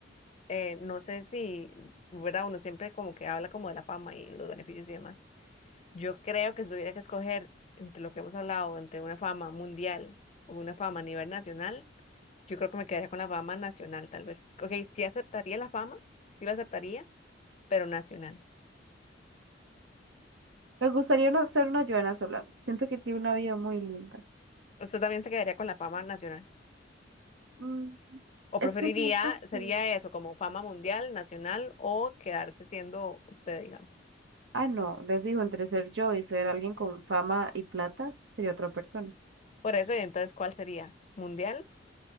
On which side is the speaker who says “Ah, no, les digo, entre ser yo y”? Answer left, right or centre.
Right